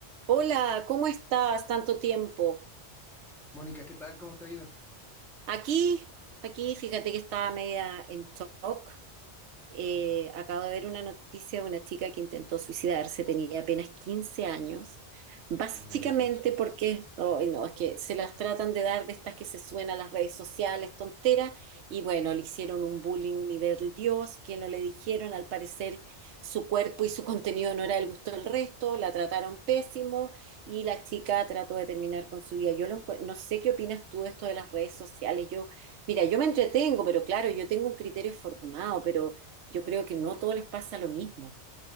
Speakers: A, on the right; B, in the centre.
A: Hola, ¿cómo estás? Tanto tiempo.
B: Mónica, ¿qué tal? ¿Cómo te ha ido?
A: Aquí, aquí, fíjate que estaba media en shock eh, acabo de ver una noticia de una chica que intentó suicidarse, tenía apenas 15 años, básicamente
B: Uf, no me digas eso.
A: porque, ay, no, es que se las tratan de dar de estas que se suenan a las redes sociales, tontera, y bueno, le hicieron un bullying nivel Dios, que no le dijeron, al parecer su cuerpo y su contenido no era del gusto del resto, la trataron pésimo y la chica trató de terminar con su vida. Yo lo encue- no sé qué opinas tú de esto de las redes sociales, yo, mira, yo me entretengo, pero claro, yo tengo un criterio formado, pero... Yo creo que no todo les pasa lo mismo.